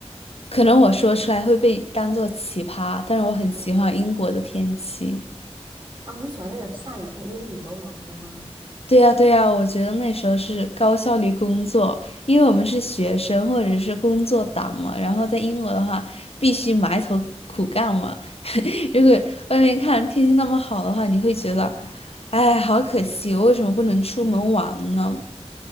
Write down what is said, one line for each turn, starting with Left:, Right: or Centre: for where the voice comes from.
Left: 可能我说出来会被当做奇葩，但是我很喜欢英国的天气。
Right: 哦，你喜欢那种下雨天阴雨蒙蒙的吗？
Left: 对呀，对呀，我觉得那时候是高效率工作，因为我们是学生或者是工作党嘛，然后在英国的话必须埋头苦干嘛。如果外面看天气那么好的话，你会觉得，哎，好可惜，我为什么不能出门玩呢？